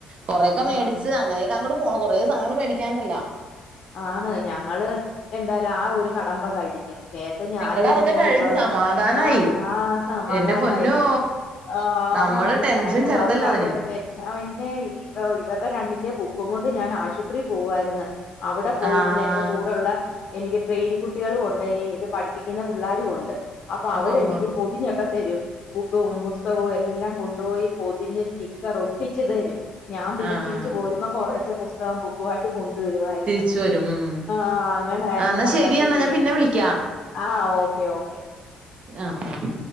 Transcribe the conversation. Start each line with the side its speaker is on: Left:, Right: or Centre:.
Right: കൊറേൊക്കെ മേടിച്ച്
Left: ആഹ്
Right: അങ്ങനെയൊക്കെ അങ്ങോട്ട് പോണ് കൊറേ സധനങ്ങള് മേടിക്കാനനിണ്ടല്ല
Left: ആണ് ഞങ്ങള് എന്തായാലും ആ ഒരു കടമ്പ കഴിഞ്ഞു നേരത്തെ ഞാനും
Right: നിങ്ങടെ അതൊക്കെ
Left: ഇതുപോലെ
Right: കഴിഞ്ഞ് സമാധാനായി
Left: ആഹ് ആഹ് സമാധാനായി
Right: എന്റെ പൊന്നോ
Left: ആഹ്
Right: നമ്മടെ
Left: ആന്നാന്ന്
Right: ടെൻഷൻ
Left: ഞാനും
Right: ചെറുതല്ല
Left: ഓർക്കാരോടെ
Right: അതിന്
Left: ച ആ പിന്നെ ഇവരുടെ രണ്ടിന്റെ ബുക്കും കൊണ്ട് ഞാൻ ആശുപത്രിൽ പോവായിരുന്നു അവിടെ പോയിരുന്നു
Right: ആഹ്
Left: എന്റെ കൂടെള്ള എനിക്ക് ട്രെയിനി കുട്ടികളും ഉണ്ട് ഈ ഇത് പഠിപ്പിക്കുന്ന പിള്ളേരു ഉണ്ട് അപ്പൊ അവരെ
Right: ഉവ്വ ഉവ്വ
Left: എനിക്ക് തിനൊക്കെ തരും ബുക്കും പുസ്തകവും എല്ലാം കൊണ്ടുപോയി പൊതിഞ്ഞ് സ്റ്റിക്കർ ഒട്ടിചൺച്ച് തരും ഞാൻ പിന്നെ
Right: ആഹ്
Left: തിരിച്ചു
Right: ആഹ്
Left: പോരുമ്പ കുറേച്ചെ പുസ്തകം ബുക്കു ആയിട്ട് കൊണ്ടുവരുവായി ആഹ്
Right: തിരിച്ചു വരും ഉം
Left: ആഹ് അങ്ങനായിരുന്നു
Right: ആഹ് എന്നാ
Left: പണ്ടൊക്കെ
Right: ശരിയെന്നാ
Left: ചെയ്യണെ
Right: ഞാൻ പിന്നെ വിളിക്കാം
Left: ആഹ് ഓക്കെ ഓക്കെ
Right: ആഹ് ഓക്കെ